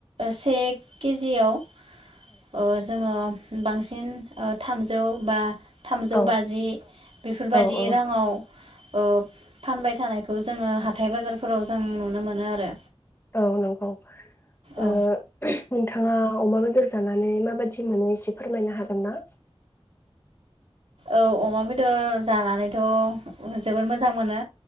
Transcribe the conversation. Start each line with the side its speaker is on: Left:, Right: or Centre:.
Right: से केजियाव अ जोंङो बांसिन थामजौ बा थामजौ
Left: औ
Right: बाजि बेफोरबादि
Left: औ औ
Right: राङाव अ फानबाय थानायखौ जोङो हा हाथाइ बाजारफोराव जों नुनो मोनो आरो
Left: औ नंगौ
Right: औ
Left: ओ नोंथाङा अमा बेदर जानानै मा बायदि मोनो एसे फोरमायनो हागोन ना?
Right: औ अमा बेदर जानानैथ जोबोद मोजां मोजां मोनो